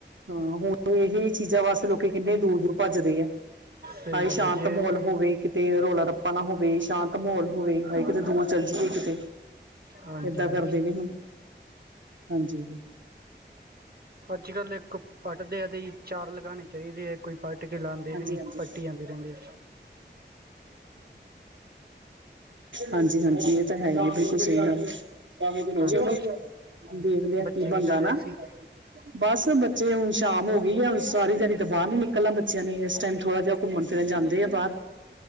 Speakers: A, on the right; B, on the right.
A: ਹਾਂ। ਹੁਣ ਇਹਹੀ ਚੀਜ਼ਾਂ ਵਾਸਤੇ ਲੋਕੀ ਕਿਨੇ ਦੂਰ- ਦੂਰ ਭੱਜਦੇ ਐ।
B: ਸਹੀ
A: ਹਾਏ
B: ਗੱਲ
A: ਸ਼ਾਂਤ
B: ਹੈ ਜੀ
A: ਮਾਹੋਲ ਹੋਵੇ ਕਿਤੇ ਰੋਲਾ ਰਪਾ ਨਾ ਹੋਵੇ ਸ਼ਾਂਤ ਘਲਮੋਲ ਹੋ ਗਈ ਹਏ ਕਿਤੇ ਦੂਰ ਚਲ ਜਾਈਏ ਕਿਤੇ
B: ਹਾਂਜੀ
A: ਇਦਾਂ
B: ਹਾਂਜੀ
A: ਕਰਦੇ ਗ ਹੁਣ, ਹਾਂਜੀ
B: ਅੱਜ ਕੱਲ੍ਹ ਪੱਟਦੇ ਆ ਤੇ ਚਾਰ ਲਗਾਉਣੇ ਚਾਹੀਦੇ ਹੈ ਕੋਈ ਪੱਟ ਕੇ ਲਾਉਂਦੇ
A: ਹਾਂਜੀ
B: ਵੀ ਨਹੀਂ
A: ਹਾਂਜੀ
B: ਪੱਟੀ ਜਾਂਦੇ ਰਹਿੰਦੇ ਆ
A: ਹਾਂਜੀ ਹਾਂਜੀ ਇਹ ਤਾਂ ਹੈ ਹੀ ਹੈ ਬਿਲਕੁਲ ਸਹੀ ਗੱਲ
B: ਹਾਂਜੀ
A: ਦੇਖਦੇ ਆ
B: ਬੱਚੇ
A: ਕੀ ਬਣਦਾ
B: ਕਰ ਰਹੇ
A: ਨਾ
B: ਸੀ
A: ਬਸ ਬੱਚੇ ਹੁਣ ਸ਼ਾਮ ਹੋ ਗਈ ਹੂਣ ਸਾਰੀ ਜਾਣੀ ਤੋਂ ਬਾਹਰ ਨੀ ਨਿਕਲਣਾ ਬ ਬੱਚਿਆਂ ਨੇ ਇਸ ਟਾਈਮ ਥੋੜਾ ਜਿਹਾ ਘੁੰਮਣ ਫਿਰਨ ਜਾਂਦੇ ਆ ਬਾਹਰ